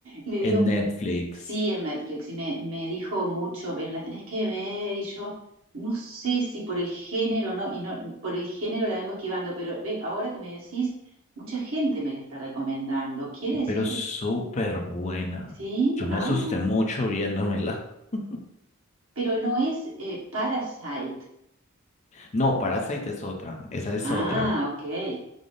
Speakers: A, on the right (about 75°); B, on the left (about 35°).
A: le
B: en
A: digo,
B: Netflix,
A: sí, en Netflix y me, me dijo mucho, pero la tenés que ver y yo no sé si por el género no, y no, por el género la vengo esquivando, pero ve, ahora que me decís, mucha gente me la está recomendando. Quiere decir
B: pero
A: que
B: súper buena.
A: sí,
B: Yo me
A: ah,
B: asusté mucho viéndomela. <laughs>
A: pero no es eh, Parasite.
B: No, Parasite es otra, esa es
A: Ah,
B: otra,
A: ok.